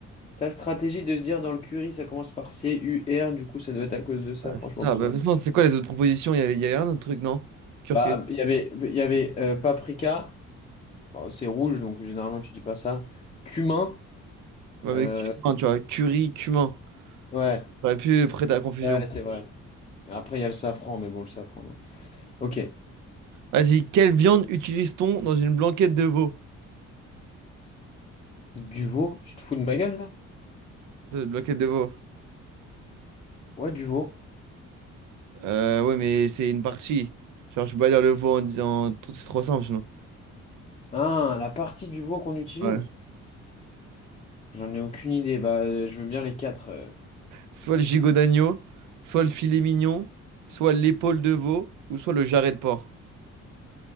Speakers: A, on the left; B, on the right.
A: ta stratégie de se dire dans le curry, ça commence par C-U-R, du coup ça doit être à cause de ça,
B: Ouais,
A: franchement
B: c'est ça,
A: pas
B: bah,
A: mal.
B: de toute façon, c'est quoi les autres propositions? Il y avait, il y avait un autre truc, non? Curcuma.
A: Bah, il y avait, il y avait euh, paprika, Bon, c'est rouge, donc généralement tu dis pas ça. Cumin.
B: Ouais,
A: euh,
B: mais cumin, tu vois, curry, cumin.
A: Ouais,
B: J'aurais pu prêter à la confusion.
A: ouais, c'est vrai. Après, il y a le safran, mais bon, le safran, non. Ok.
B: Vas-y, quelle viande utilise-t-on dans une blanquette de veau?
A: Du veau, tu te fous de ma gueule, là?
B: De, de blanquette de veau.
A: Ouais, du veau.
B: Euh, ouais, mais c'est une partie. Genre, je peux pas dire le veau en disant tout, c'est trop simple, sinon.
A: Ah, la partie du veau qu'on utilise?
B: Ouais.
A: J'en ai aucune idée. Bah, euh, je veux bien les quatre. euh.
B: Soit le gigot d'agneau, soit le filet mignon, soit l'épaule de veau, ou soit le jarret de porc.